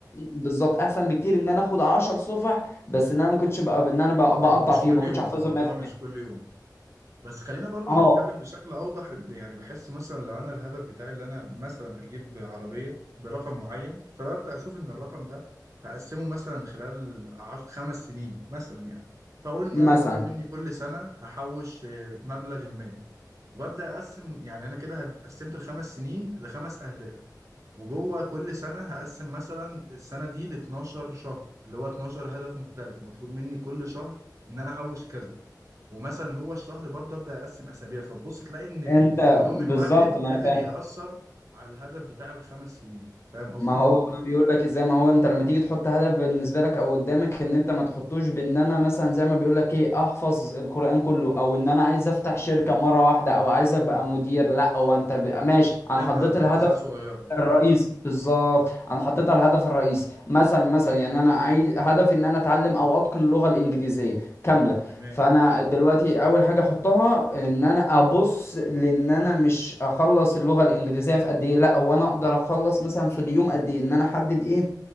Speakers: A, on the left; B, on the right.
A: بالظبط أحسن بكتير إن أنا آخد عشر صفح بس إن أنا ما كنتش بقى إن أنا بقى-
B: مش
A: بقطع فيهم
B: كل
A: ما كنتش
B: يوم
A: حافظهم
B: الموضوع
A: 100%
B: مش كل يوم بس خلينا برضو
A: أه
B: نتكلم بشكل اوضح اللي يعني بحس مثلا لو انا الهدف بتاعي اللي انا مثلا اجيب عربيه برقم معين فببدا اشوف ان الرقم ده هقسمه مثلا خلال عش... خمس سنين مثلا يعني فاقول ان
A: مثلا
B: انا مطلوب مني كل سنه هحوش آه، مبلغ ما وببدا اقسم يعني انا كده هد- قسمت الخمس سنين لخمس اهداف وجوه كل سنه هقسم مثلا السنه دي ل 12 شهر اللي هو 12 هدف مختلف مطلوب مني كل شهر ان انا احوش كذا ومثلا جوه الشهر برضه ابدا اقسم اسابيع فتبص تلاقي ان
A: أنت
B: اليوم
A: بالظبط
B: الواحد
A: ما
B: قادر
A: أنا فاهم
B: ياثر على الهدف بتاع الخمس سنين فاهم قصدي؟
A: ما هو بقى بيقول لك ازاي ما هو انت لما تيجي تحط هدف بالنسبه لك او قدامك ان انت ما تحطوش بان انا مثلا زي ما بيقول لك ايه احفظ القران كله او ان انا عايز افتح شركه مره واحده او عايز ابقى مدير لا هو انت ب... ماشي انا
B: قسمها
A: حطيت
B: لاجزاء
A: الهدف
B: صغيره
A: الرئيسي بالظبط انا حطيتها الهدف الرئيسي مثلا مثلا يعني انا عايز هدفي ان انا اتعلم او اتقن اللغه الانجليزيه كامله
B: تمام
A: فانا دلوقتي اول حاجه احطها ان انا ابص لان انا مش اخلص اللغه الانجليزيه في قد ايه لا هو انا اقدر اخلص مثلا في اليوم قد ايه ان انا احدد ايه